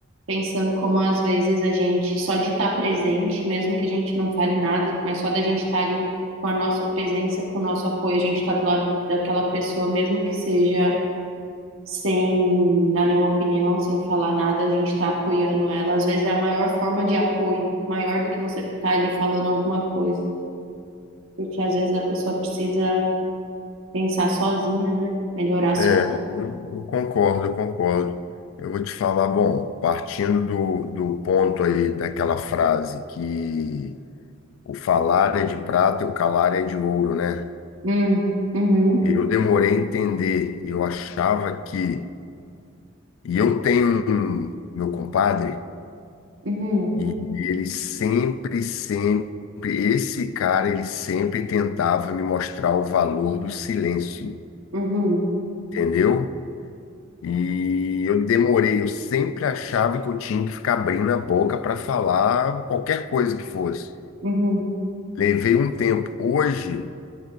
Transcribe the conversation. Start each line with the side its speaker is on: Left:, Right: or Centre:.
Right: Pensando como às vezes a gente, só de estar presente, mesmo que a gente não fale nada, mas só da gente estar ali com a nossa presença, com o nosso apoio, a gente está do lado daquela pessoa, mesmo que seja sem dar nenhuma opinião, sem falar nada, a gente está apoiando ela. Às vezes é a maior forma de apoio, maior do que você estar ali falando alguma coisa, porque às vezes a pessoa precisa pensar sozinha, né? Melhorar
Left: É,
Right: só.
Left: eu eu concordo, eu concordo. Eu vou te falar, bom, partindo do, do ponto aí daquela frase que o falar é de prata e o calar é de ouro, né?
Right: Hum, uhum,
Left: Eu demorei a entender, eu achava que. E eu tenho um, meu compadre,
Right: uhum,
Left: E ele sempre, sempre, esse cara, ele sempre tentava me mostrar o valor do silêncio,
Right: uhum,
Left: entendeu? E eu demorei, eu sempre achava que eu tinha que ficar abrindo a boca para falar qualquer coisa que fosse.
Right: uhum,
Left: Levei um tempo. Hoje,